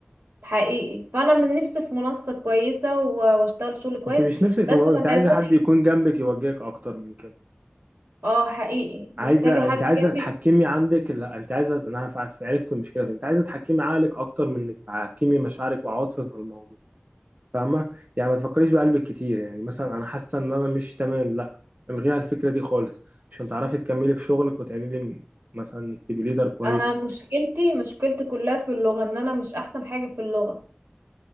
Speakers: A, on the right; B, on the right.
A: حقيقي فأنا من نفسي في منصة كويسة و- وأشتغل شغل كويس
B: انت مش نفسك في
A: بس
B: الموضوع انت
A: لما
B: عايزة
A: يكون
B: حد يكون جنبك يوجهك اكتر من كده
A: اه حقيقي
B: عايزه
A: محتاجة
B: انت
A: حد
B: عايزه
A: جنبي
B: تحكمي عندك لا انت عايزه انا ف- عرفت المشكله فين. انت عايزه تحكمي عقلك اكتر من انك تحكمي مشاعرك وعواطفك في الموضوع فاهمه يعني ما تفكريش بقلبك كتير يعني مثلا انا حاسه ان انا مش تمام لا الغيها الفكره دي خالص عشان تعرفي تكملي في شغلك وتعملي م- مثلا انك تبقي ليدر كويس
A: انا مشكلتي مشكلتي كلها في اللغة ان انا مش احسن حاجة في اللغة